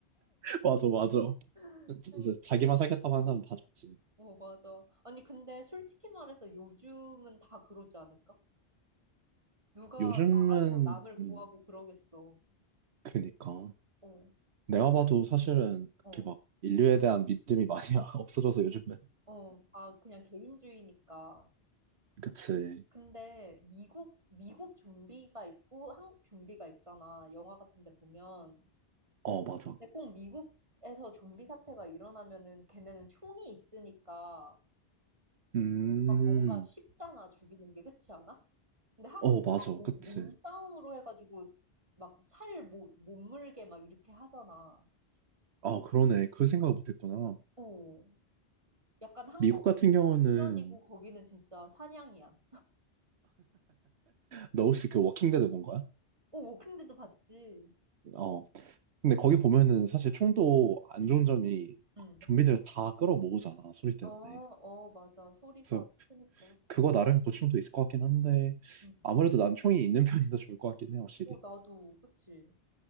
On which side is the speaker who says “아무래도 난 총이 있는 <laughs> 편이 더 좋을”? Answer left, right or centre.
Right